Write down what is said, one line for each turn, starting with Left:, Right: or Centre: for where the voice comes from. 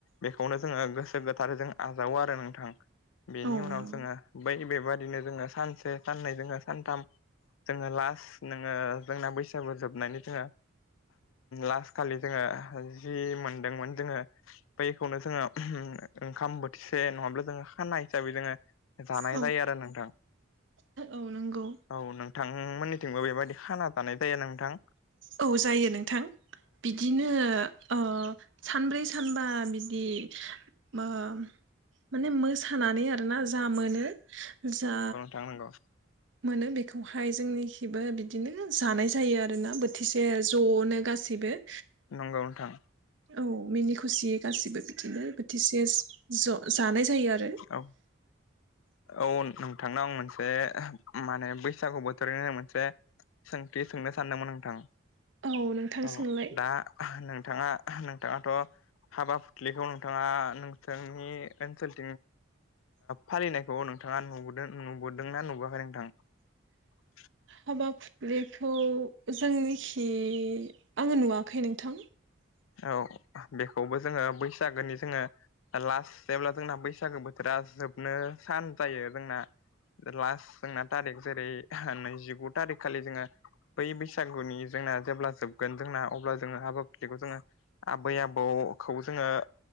Left: बेखौनो जोङो गोसो गोथारै जों आजावो आरो नोंथां। बेनि
Right: औ
Left: उनाव
Right: नंगौ
Left: जोङो बै बेबादिनो जोङो सानसे साननै जोङो सानथाम जोङो लास्ट नोङो जोंना बैसागु जोबनानै जोङो लास्ट खालि जोङो जि मोनदोंमोन जोङो बैखौनो जोङो ओंखाम बोथिसे नङाब्ला जो खानाय हिसाबै जोङो जानाय
Right: औ
Left: जायो आरो नोंथां।
Right: औ नंगौ
Left: औ नोंथांमोननिथिंबो बेबायाददि खाना थानाय जाया नोंथां।
Right: औ जायो नोंथां बि बिदिनो अ सानब्रै सानबा बिदि माने मोसानानै आरोना जा मोनो जा
Left: जांनांगौ।
Right: मोनो बेखौहाय जोंनिखिबो बिदिनो जानाय जायो आरोना बोथिसे ज'नो गासैबो
Left: नंगौनो थां
Right: औ मिनि खुसियै गासिबो बिदिनो बोथिसे ज जानाय जायो आरो।
Left: औ औ नोंथां थांनाव आं मोनसे माने बैसागु बोथोरनो मोनसे सोंथि सोंनो सानदोंमोन नोंथां।
Right: औ नोंथां
Left: औ
Right: सोंलाय
Left: दा नोंथाङा नोंथाङाथ' हाबा फुथलिखौ नोंथाङा नोंसोरनि ओनसोल फालिनायखौ नोंथाङा नुबोदों नुबोदों ना नुबोाखै नोंथां। <inaudible>
Right: हाबाब बेखौ जोंनिखि आङो नुवाखै नोंथां।
Left: औ बेखौबो जोङो बैसागोनि जोङो लास्ट जेब्ला जोंना बैसागो बोथोरा जोबनो सान जायो जोंना लास्ट जोंना थारिख जेरै नैजिगु थारिख खालि जोङो बै बैसागुनि जोंना जेब्ला जोबगोन जोंना अब्ला जोङो हाबा फलिखौ जोङो आबै आबौखौ जोङो